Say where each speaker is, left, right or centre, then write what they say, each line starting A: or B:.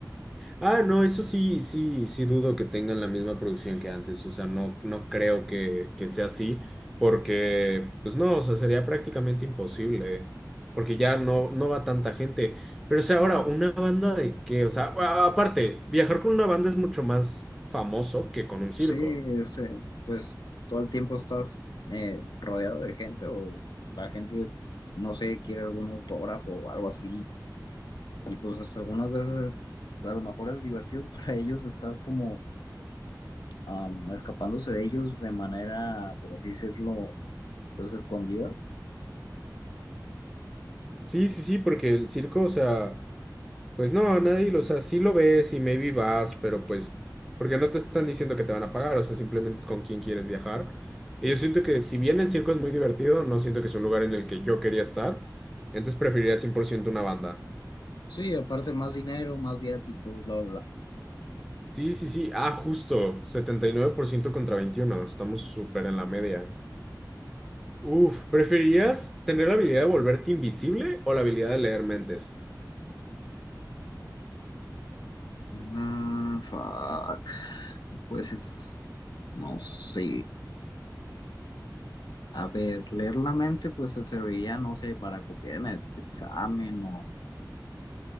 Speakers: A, in the centre; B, on the left.
A: Ah, no, eso sí, sí, sí dudo que tengan la misma producción que antes, o sea, no, no creo que, que sea así, porque, pues no, o sea, sería prácticamente imposible, porque ya no, no va tanta gente. Pero, o sea, ahora, ¿una banda de qué? O sea, a- aparte, viajar con una banda es mucho más famoso que con un circo.
B: Sí, ese, pues todo el tiempo estás eh, rodeado de gente o la gente, no sé, quiere algún autógrafo o algo así. Y pues hasta algunas veces a lo mejor es divertido <laughs> para ellos estar como am, escapándose de ellos de manera, por así decirlo, pues escondidas.
A: Sí, sí, sí, porque el circo, o sea... Pues no, nadie, lo- o sea, sí lo ves y maybe vas, pero pues, porque no te están diciendo que te van a pagar, o sea, simplemente es con quién quieres viajar. Y yo siento que si bien el circo es muy divertido, no siento que es un lugar en el que yo quería estar, entonces preferiría 100% una banda.
B: Sí, aparte más dinero, más viáticos, bla, bla, bla.
A: Sí, sí, sí, ah, justo, 79% contra 21, estamos súper en la media. Uf, ¿preferirías tener la habilidad de volverte invisible o la habilidad de leer mentes?
B: Ah, fuck. Pues es, no sé. A ver, leer la mente pues te serviría, no sé, para copiar en el examen o,